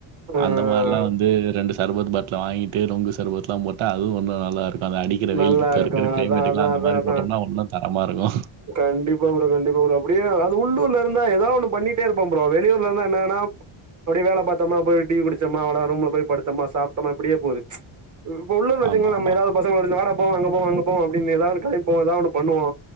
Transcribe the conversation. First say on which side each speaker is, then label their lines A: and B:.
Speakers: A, on the right; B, on the right.
A: ஆ
B: அந்த மாரிலா வந்து ரெண்டு சர்பத் பாட்ல வாங்கிட்டு நுங்கு சர்பத்துலா போட்டா அதுவு ஒன்னு நல்லா இருக் பவ அடிக்கிற
A: நல்லா
B: வெயிலுக்கு இப்ப
A: இருக்கு
B: இருக்குற கிளைமேட்டுக்குலா
A: அதா அதா
B: அந்த
A: அதா
B: மாரி
A: அதா
B: போட்டம்னா ஒன்னூ தரமா இருக்கூ
A: கண்டிப்பா ப்ரோ கண்டிப்பா ப்ரோ அப்டியே அது உள்ளூர்ல இருந்தா ஏதா ஒண்ணு பண்ணிட்டே இருப்பா ப்ரோம் வெளியூர்ல இருந்தா என்னன்னா அப்டிய வேல பாத்தம்மா போய் டீ குடிச்சோம்மா அவ்ளோதா ரூம்ல போய் படுத்தோமா சாப்ட்டம்மா அப்டியே போது இப்ப உள்ள வச்சீங்கனா
B: ஆமாமா.
A: நம்ம எதாவுது பசங்க வந்து வடா போவு அங்க போவு அங்க போவு அப்டினு எதாவுது கலாய்ப்போ எதாவுது ஒண்ணு பண்ணுவோ